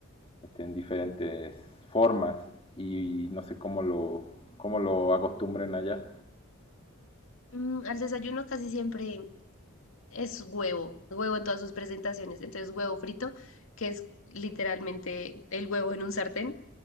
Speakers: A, on the left; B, on the left.
A: este, en diferentes formas y, no sé cómo lo, cómo lo acostumbren allá.
B: Mm, al desayuno casi siempre es huevo, huevo en todas sus presentaciones. Entonces, huevo frito, que es literalmente el huevo en un sartén